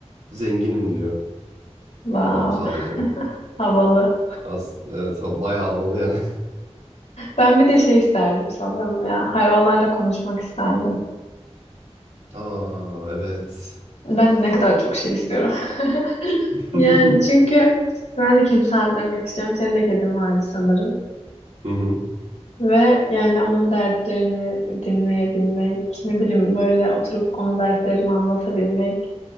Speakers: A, on the right; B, on the left.
A: Zenginim diyor
B: Wow,
A: adam sadece.
B: havalı.
A: Az, evet, ha- bayağı havalı yani.
B: Ben bir de şey isterdim sanırım ya. Hayvanlarla konuşmak isterdim.
A: Aa evet.
B: Ben ne kadar çok şey istiyorum. <laughs>
A: <laughs>
B: Yani çünkü ben de kedi sahiplenmek istiyorum. Senin de kedin vardı sanırım.
A: Hı hı.
B: Ve yani onun dertlerini dinleyebilmek, ne bileyim böyle oturup ona dertlerimi anlatabilmek.